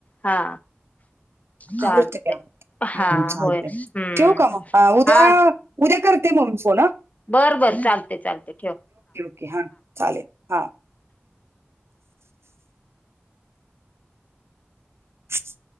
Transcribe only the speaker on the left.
हा चालते
हा
होय हम्म
हा
बर बरं चालते चालते ठेव